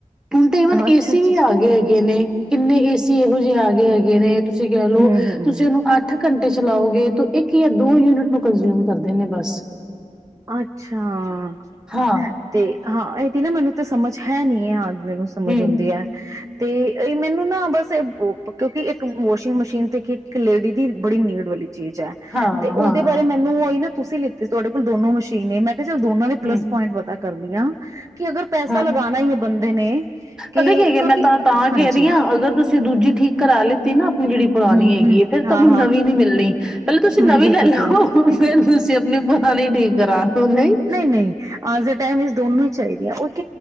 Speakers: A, in the centre; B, on the right.
A: ਹੁਣ ਤਾਂ ਈਵਨ
B: ਅੱਛਾ
A: ਏਸੀ
B: ਅੱਛਾ ਅੱਛਾ,
A: ਵੀ ਆ ਗਏ ਹੈਗੇ ਨੇ ਕਿੰਨੇ ਏਸੀ ਇਹੋ ਜਿਹੇ ਆ ਗਏ ਹੈਗੇ ਨੇ ਤੁਸੀਂ ਕਹਿ ਲਓ
B: ਹੂੰ ਹੂੰ
A: ਤੁਸੀਂ ਉਹਨੂੰ ਅੱ ਘੰਟੇ ਚਲਾਓਗੇ ਤੂੰ ਇੱਕ ਜਾਂ ਦੋ ਯੂਨਿਟ ਨੂੰ ਕੰਜ਼ਿਊਮ ਕਰਦੇ ਨੇ ਬਸ
B: ਅੱਛਾ
A: ਹਾਂ
B: ਤੇ ਹਾਂ ਇਹਦੀ ਨਾ ਮੈਨੂੰ ਤਾਂ ਸਮਝ ਹੈ ਨੀ ਆ ਮੈਨੂੰ ਸਮਝ
A: ਹੂੰ
B: ਆਉਂਦੀ ਹੈ। ਤੇ ਇਹ ਮੈਨੂੰ ਨਾ ਬਸ ਕਿਉਂਕਿ ਇੱਕ ਵਾਸ਼ਿੰਗ ਮਸ਼ੀਨ ਤੇ ਕੀ ਇੱਕ ਲੇਡੀ ਦੀ ਬੜੀ ਨੀਡ ਵਾਲੀ ਚੀਜ਼ ਹੈ
A: ਹਾਂ
B: ਤੇ ਉਹਦੇ
A: ਹਾਂ
B: ਬਾਰੇ ਮੈਨੂੰ ਉਹਈ ਨਾ ਤੁਸੀਂ ਲਿੱਤੀ ਸੀ, ਤੁਹਾਡੇ ਦੋ ਮਸ਼ੀਨਾਂ, ਮੈਂ ਚੱਲ ਦੋਨਾਂ ਦੇ ਪਲੱਸ
A: ਹੂੰ
B: ਪੁਆਇੰਟ ਪਤਾ ਕਰਦੀਆਂ ਕਿ ਅਗਰ ਪੈਸਾ
A: ਹਾਂ
B: ਲਗਾਉਣਾ ਈ ਆ, ਬੰਦੇ ਨੇ
A: ਪਤਾ ਕਿ ਗਿਆ
B: ਕਿਉਂਕਿ
A: ਮੈਂ ਤਾਂ ਤਾਂ
B: ਹਾਂਜੀ
A: ਕਹਿ ਰਹੀ ਆ, ਅਗਰ ਤੁਸੀਂ ਦੂਜੀ ਠੀਕ ਕਰਾ ਲਿੱਤੀ ਨਾ ਜਿਹੜੀ ਪੁਰਾਣੀ
B: ਹਮ
A: ਹੈਗੀ
B: ਹਮ
A: ਹੈ, ਫੇਰ
B: ਹਾਂ
A: ਤੁਹਾਨੂੰ
B: ਹਾਂ
A: ਨਵੀਂ ਨੀ ਮਿਲਣੀ, ਪਹਿਲਾਂ ਤੁਸੀਂ ਨਵੀਂ
B: ਬਿਲਕੁਲ
A: ਲੈ ਲਓ,
B: ਸਹੀ
A: ਫੇਰ ਤੁਸੀਂ ਆਪਣੀ ਪੁਰਾਣੀ ਠੀਕ ਕਰਾ ਦੋ ਨਹੀਂ,
B: ਨਹੀਂ ਅੱਜ ਦੇ ਟਾਈਮ ਇਸ ਦੋਨੋਂ ਹੀ ਚਾਹੀਦੀਆਂ ਉਹ